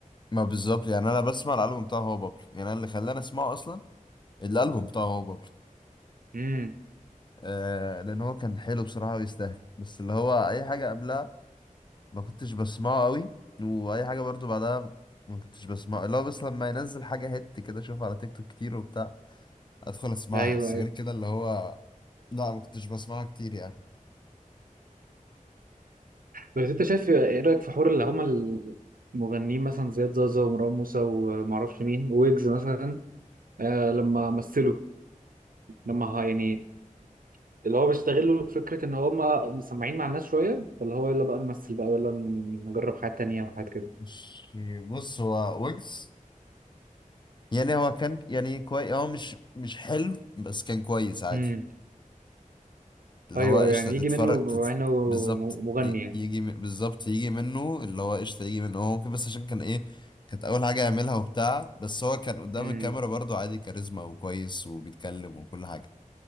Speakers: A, on the left (about 35°); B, on the right (about 90°).
A: ما بالظبط يعني انا بسمع الالبوم بتاعه هو بابلو يعني أنا اللي خلاني اسمعه اصلا الالبوم بتاعه هو بابلو
B: امم
A: آه لان هو كان حلو بصراحه ويستاهل بس اللي هو اي حاجه قبلها ما كنتش بسمعه قوي واي حاجه برضو بعدها ما كنتش بسمعه اللي هو بس لما ينزل حاجه هيت كده اشوفها على تيك توك كتير وبتاع ادخل اسمعها
B: ايوه
A: بس
B: ايوه
A: غير كده اللي هو لا ما كنتش بسمعها كتير يعني
B: بس انت شايف ايه رايك في حوار اللي هما المغنيين مثلا زياد زازا ومروان موسى ومعرفش مين ويجز مثلا آه لما مثلوا لما ه- يعني اللي هو بيستغلوا فكرة إن هما مسمعين مع الناس شوية فاللي هو يلا بقى نمثل بقى ولا نجرب حاجات تانية وحاجات كده
A: مش بص هو ويجز يعني هو كان يعني كويس هو مش مش حلو بس كان كويس عادي
B: امم
A: اللي
B: أيوه
A: هو قشطة
B: أيوة، يعني
A: تتفرج
B: يجي منه بما
A: تت...
B: إنه
A: بالظبط
B: م- مغني
A: ي-
B: يعني
A: يجي م- بالظبط يجي منه اللي هو قشطة يجي منه هو ممكن بس عشان كان ايه كانت أول حاجة يعملها وبتاع بس هو كان قدام
B: امم
A: الكاميرا برضه عادي كاريزما وكويس وبيتكلم وكل حاجة